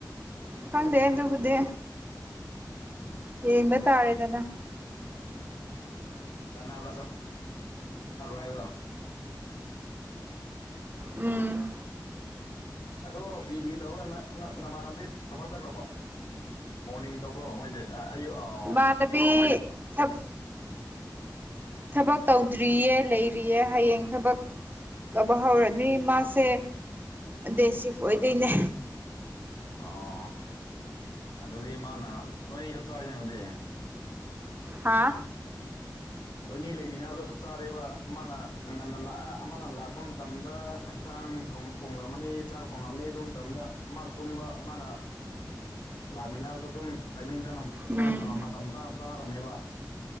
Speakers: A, on the right; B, on the left.
A: ꯈꯪꯗꯦ ꯑꯗꯨꯕꯨꯗꯤ꯫ ꯌꯦꯡꯕ ꯇꯥꯔꯦꯗꯅ꯫
B: ꯑ ꯆꯅꯕ꯭ꯔꯥ <unintelligible> ꯍꯥꯏꯗꯣ꯫
A: ꯎꯝ
B: ꯑꯗꯣ ꯄꯦꯔꯤ ꯄꯦꯔꯤ ꯇꯧꯔꯤꯒ ꯇꯧꯔꯒ ꯅꯥ ꯅꯥ ꯅꯃꯥꯟꯅꯝꯗꯤ ꯊꯕꯛ ꯆꯠꯈ꯭ꯔꯕꯣ? ꯃꯣꯔꯅꯤꯡ ꯇꯧꯕ꯭ꯔꯣ ꯃꯣꯏꯗꯤ? ꯑꯥ ꯑꯌꯨ ꯑꯥ꯫
A: ꯃꯥꯟꯅꯕꯤ ꯊꯕ ꯊꯕꯛ ꯇꯧꯗ꯭ꯔꯤꯌꯦ ꯂꯩꯔꯤꯌꯦ ꯍꯌꯦꯡ ꯊꯕꯛ ꯊꯕꯛ ꯍꯧꯔꯅꯤ ꯃꯥꯁꯦ ꯗꯦ ꯁꯤꯐ ꯑꯣꯏꯗꯣꯏꯅꯦ꯫
B: ꯑꯣ ꯑꯗꯨꯗꯤ ꯃꯥꯅ ꯅꯣꯏꯅꯤ ꯆꯞ ꯆꯥꯔꯦꯅꯦ ꯑꯗꯨꯗꯤ꯫
A: ꯍꯥꯥ
B: ꯑꯣꯏꯅꯤ ꯂꯩꯃꯤꯟꯅꯕꯗꯣ ꯆꯞ ꯆꯥꯔꯦꯕ ꯑꯃꯥꯅ ꯉꯟꯅ ꯂꯥꯛ ꯑꯥ ꯑꯃꯥꯅ ꯂꯥꯛꯄ ꯃꯇꯝꯗ ꯍꯟꯁꯥꯡꯒꯨꯝꯕ, ꯊꯣꯡꯂꯝꯃꯅꯤ ꯆꯥꯛ ꯊꯣꯡꯂꯝꯅꯤ ꯑꯗꯨ ꯃꯇꯝꯗ ꯑꯃꯥꯅ ꯇꯨꯝꯕ ꯑꯃꯥꯅ, ꯂꯥꯛꯃꯤꯟꯅꯕꯗꯣ ꯑꯗꯨꯝ ꯇꯥꯏꯃꯤꯡ ꯆꯥꯅ
A: ꯎꯝ
B: ꯆꯥ ꯑꯥ ꯃꯇꯝ ꯆꯥꯅ ꯆꯥꯅꯔꯝꯅꯦꯕ꯫